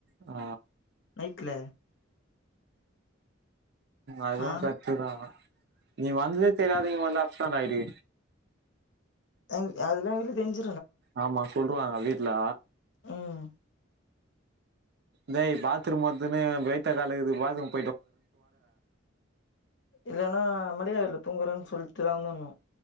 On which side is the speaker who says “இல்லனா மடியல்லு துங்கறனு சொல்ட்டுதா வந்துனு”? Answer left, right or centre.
Left